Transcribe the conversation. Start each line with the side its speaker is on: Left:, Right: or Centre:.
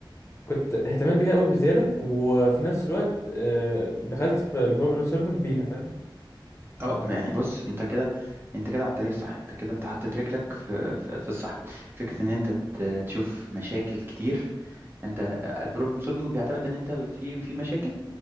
Left: كنت اهتمام بيها قوي بزياده وفي نفس الوقت آه، دخلت في البروبلم سولفنج بيها فاهم
Right: آه
Left: على
Right: ما يعني بص أنت كده أنت كده على الطريق الصح أنت كده أنت حطيت رجلك في في, في الصح فكرة إن أنت ت- تشوف مشاكل كتير أنت البروبلم سولفينج بيعتمد إن أنت في في مشاكل